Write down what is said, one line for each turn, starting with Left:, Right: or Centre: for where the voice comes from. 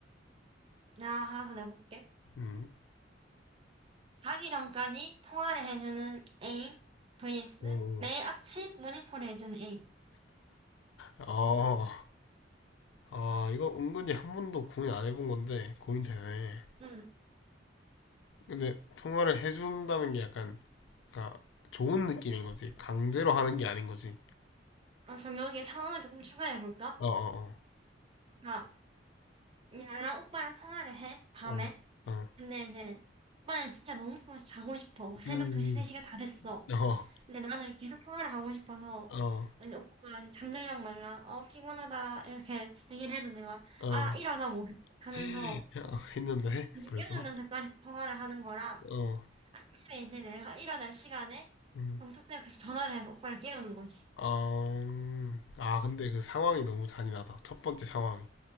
Right: 나 하나 더 내볼게.
Left: 응,
Right: 자기 전까지 통화를 해주는 A vs
Left: 오,
Right: 매일 아침 모닝콜을 해주는 A.
Left: 어, 아 이거 은근히 한 번도 고민 안 해본 건데 고민되네.
Right: 음,
Left: 근데 통화를 해준다는 게 약간 그러니까 좋은 느낌인 거지. 강제로 하는 게 아닌 거지.
Right: 아, 그럼 여기에 상황을 조금 추가해볼까?
Left: 어, 어,
Right: 그러니까 나랑 오빠랑 통화를 해, 밤에.
Left: 어, 어, 어,
Right: 근데 이제 오빠는 진짜 너무 피곤해서 자고 싶어. 막 새벽
Left: 음, 음.
Right: 2시, 3시가 다 됐어.
Left: 어,
Right: 근데 나는 계속 통화를 하고 싶어서
Left: 어.
Right: 이제 오빠가 이제 잠들랑 말라. 어, 피곤하다. 이렇게 얘기를 해도 내가
Left: 어,
Right: 아, 일어나 뭐 해? 하면서
Left: <laughs> 어, 했는데, <laughs>
Right: 계속
Left: 벌써?
Right: 이러면서까지 통화를 하는 거랑
Left: 어,
Right: 아침에 이제 내가 일어날 시간에
Left: 음.
Right: 검토 때문에 계속 전화를 해서 오빠를 깨우는 거지.
Left: 어, 음. 아, 근데 그 상황이 너무 잔인하다. 첫 번째 상황이.